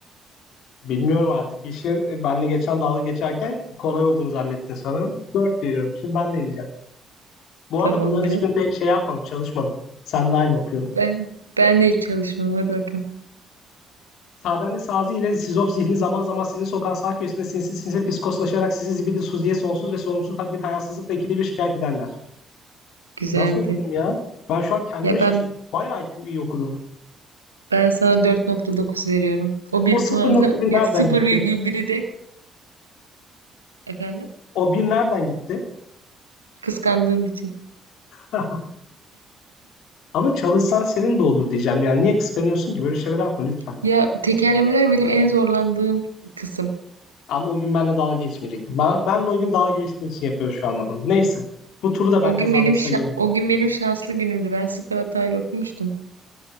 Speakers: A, on the left; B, on the right.
A: Bilmiyorum artık. İşin e, benle geçen dalga geçerken kolay olduğunu zannettin sanırım. 4 veriyorum. Şimdi ben deneyeceğim. Bu
B: Tamamdır.
A: arada bunların hiçbirini tek şey yapmadım, çalışmadım. Seninle aynı okuyorum.
B: Ben ben de hiç çalışmadım. Hadi bakalım.
A: Saden'de Sazi ile Sizof zihni zaman zaman sizin sokan sağ köşesinde sinsi sinsi fiskoslaşarak sizi zibidi suziye sonsuz ve sorumsuz bir hayasızlıkla ikide bir şikayet ederler.
B: Güzeldi.
A: Nasıl okudum ya? Ben şu an kendime
B: Ya
A: şaşırdım.
B: ben
A: Bayağı iyi okudum.
B: ben sana dört nokta dokuz veriyorum. O bir
A: O sıfır
B: puanı
A: nokta
B: <laughs>
A: bir
B: ya
A: nereden
B: sıfır
A: gitti?
B: virgül biri de efendim
A: O bir nereden gitti?
B: kıskandığım için.
A: <laughs> Ama çalışsan senin de olur diyeceğim. Yani niye kıskanıyorsun ki? Böyle şeyler yapma lütfen.
B: Ya tekerlemeler benim en zorlandığım kısım.
A: Ama o gün benimle dalga geçmeyecekti. Ben, benle o gün dalga geçtiğin için yapıyor şu anda bunu. Neyse. Bu turu da
B: O
A: ben kazandım
B: gün benim
A: sayıyorum.
B: şa- o gün benim şanslı günümdü. Ben sıfır hatayla okumuştum.